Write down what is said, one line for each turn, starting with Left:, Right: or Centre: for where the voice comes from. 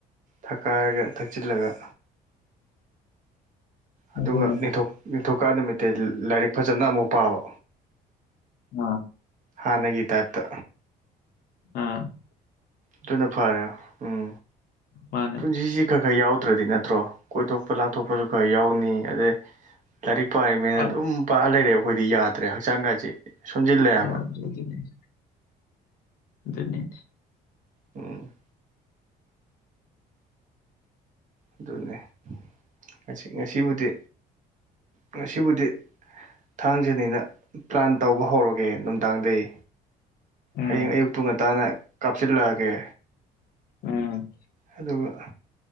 Right: ꯊꯛꯀꯥꯏꯔꯒ ꯊꯛꯆꯤꯜꯂꯒ ꯑꯗꯨꯒ
Left: ꯑꯗꯨꯅꯦ
Right: ꯅꯤꯡꯊꯧ ꯅꯤꯡꯊꯧꯀꯥ ꯅꯨꯃꯤꯠꯇꯩ ꯂꯥꯏꯔꯤꯛ ꯐꯖꯅ ꯑꯃꯨꯛ ꯄꯥꯕ
Left: ꯎꯝ
Right: ꯍꯥꯟꯅꯒꯤ ꯇꯥꯏꯞꯇ
Left: ꯎꯝ
Right: ꯑꯗꯨꯅ ꯐꯔꯦ ꯎꯝ
Left: ꯃꯥꯅꯦ
Right: ꯄꯨꯟꯁꯤꯁꯤ ꯈꯔ ꯈꯔ ꯌꯥꯎꯇ꯭ꯔꯗꯤ ꯅꯠꯇ꯭ꯔꯣ ꯀꯣꯏꯊꯣꯛꯄ ꯂꯥꯡꯊꯣꯛꯄꯁꯨ ꯈꯔ ꯌꯥꯎꯅꯤ ꯑꯗꯩ ꯂꯥꯏꯔꯤꯛ ꯄꯥꯔꯤꯃꯦꯅ
Left: ꯃꯥꯅꯦ
Right: ꯑꯗꯨꯝ ꯄꯥꯔ ꯂꯩꯔꯦ ꯑꯩꯈꯣꯏꯗꯤ ꯌꯥꯗ꯭ꯔꯦ ꯍꯛꯆꯥꯡꯒꯁꯤ ꯁꯣꯟꯖꯤꯜꯂꯦ ꯍꯥꯏꯕ
Left: ꯌꯥꯗ꯭ꯔꯦ <unintelligible> ꯑꯗꯨꯅꯤ
Right: ꯎꯝ ꯑꯗꯨꯅꯦ ꯉ ꯉꯁꯤꯕꯨꯗꯤ ꯉꯁꯤꯕꯨꯗꯤ ꯊꯥꯡꯖꯅꯤꯅ ꯄ꯭ꯂꯥꯟ ꯇꯧꯕ ꯍꯧꯔꯣ ꯀꯦ ꯅꯨꯡꯗꯥꯡꯗꯩ
Left: ꯎꯝ
Right: ꯍꯌꯦꯡ ꯑꯌꯨꯛꯇꯨ ꯉꯟꯇꯥꯥꯅ ꯀꯥꯞꯁꯤꯜꯂꯛꯑꯒꯦ
Left: ꯎꯝ
Right: ꯑꯗꯨꯒ